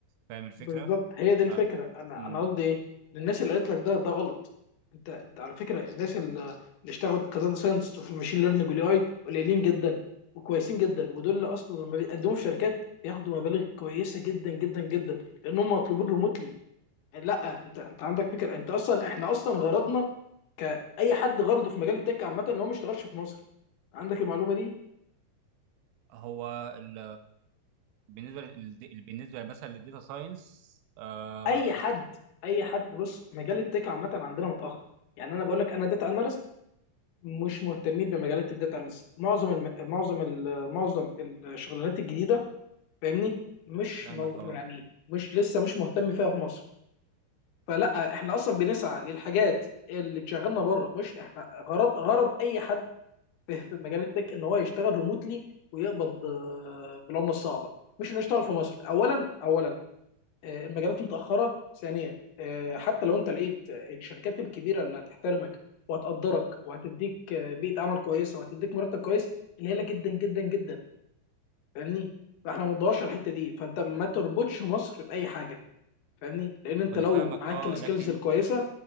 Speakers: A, on the right (about 80°); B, on the left (about 70°).
A: فاهم الفكره؟
B: بالظبط هي دي الفكره
A: آه
B: انا
A: أمم.
B: انا قصدي ايه الناس اللي قالت لك ده ده غلط انت انت على فكره الناس اللي اللي اشتغلوا كداتا ساينس وفي المشين ليرنينج والاي اي قليلين جدا وكويسين جدا ودول اللي اصلا لما بيقدموا في شركات بياخدوا مبالغ كويسه جدا جدا جدا لان هم مطلوبين ريموتلي لا انت انت عندك فكره انت اصلا احنا اصلا غرضنا كاي حد غرضه في مجال التك عامه ان هو ما يشتغلش في مصر عندك المعلومه دي
A: هو ال... بالنسبه لل... بالنسبه مثلا للديتا ساينس آه
B: اي حد
A: أنا
B: اي حد بص مجال التك عامه عندنا متاخر يعني انا بقول لك انا داتا اناليست مش مهتمين بمجالات الداتا اناليست معظم الم... معظم ال... معظم الشغلانات الجديده فاهمني مش
A: فاهمك
B: مو...
A: اه
B: يعني مش لسه مش مهتم فيها في مصر فلا احنا اصلا بنسعى للحاجات اللي شغلنا بره مش احنا غرض غرض اي حد <laughs> في في مجال التك ان هو يشتغل ريموتلي ويقبض آه، بالعمله الصعبه مش انه يشتغل في مصر اولا اولا آه، المجالات متاخره ثانيا آه، حتى لو انت لقيت آه، الشركات الكبيره اللي هتحترمك وهتقدرك وهتديك آه، بيئه عمل كويسه وهتديك مرتب كويس قليله جدا جدا جدا فاهمني فاحنا ما ندورش على الحته دي فانت ما تربطش مصر باي حاجه فاهمني لان انت
A: وانا
B: لو
A: فاهمك
B: معاك
A: اه
B: السكيلز
A: لكن
B: الكويسه